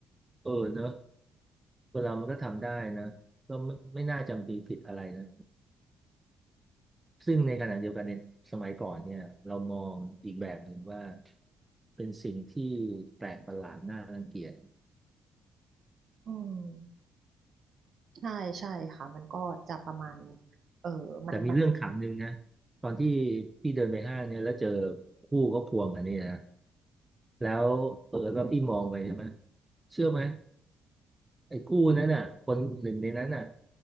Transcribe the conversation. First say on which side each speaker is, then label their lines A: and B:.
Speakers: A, on the right; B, on the right.
A: เออเนอะคนเรามันก็ทำได้นะก็ไม่ไม่น่าจำปีผิดอะไรนะ ซึ่งในขณะเดียวกันในสมัยก่อนเนี่ยเรามองอีกแบบหนึ่งว่าเป็นสิ่งที่แปลกประหลาดน่ารังเกียจ
B: อืมใช่ใช่ค่ะมันก็จะประมาณเออมันมัน
A: แต่มีเรื่องขำหนึ่งนะตอนที่พี่เดินไปห้างเนี่ยแล้วเจอคู่เขาควงกันนี่นะแล้วเออว่าพี่มองไปใช่ไหมเชื่อไหมไอ้คู่นั้นน่ะคนหนึ่งในนั้นน่ะ